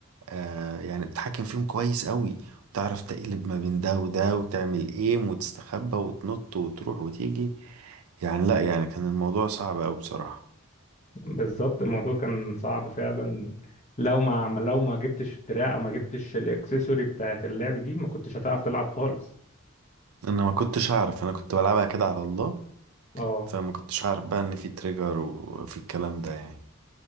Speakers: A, on the right (about 85°); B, on the left (about 30°).
A: آه يعني بتتحكم فيهم كويس قوي وتعرف تقلب ما بين ده وده وتعمل ايم وتستخبى وتنط وتروح وتيجي يعني لا يعني كان الموضوع صعب قوي بصراحه
B: بالظبط الموضوع كان صعب فعلا لو ما عم- لو ما جبتش الدراع او ما جبتش الاكسسوري بتاعت اللعب دي ما كنتش هتعرف تلعب خالص
A: انا ما كنتش اعرف انا كنت بلعبها كده على الله
B: اه
A: فما كنتش عارف بقى ان في تريجر وفي الكلام ده يعني